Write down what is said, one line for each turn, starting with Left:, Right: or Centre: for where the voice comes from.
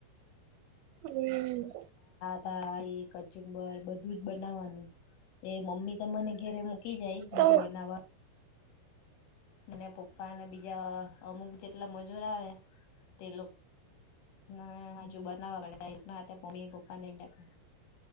Right: અ હમ
Left: હા એ કચુંબર બધું જ બનાવવાનું એ મમ્મી તો મને ઘેરે મૂકી જાય બધું
Right: તો
Left: બનાવવા અને પપ્પા અને બીજા અમુક જેટલા મજૂર આવે તે લોકો ના જો બનાવવા પડ એક ના મમ્મી પપ્પા નહી નાખે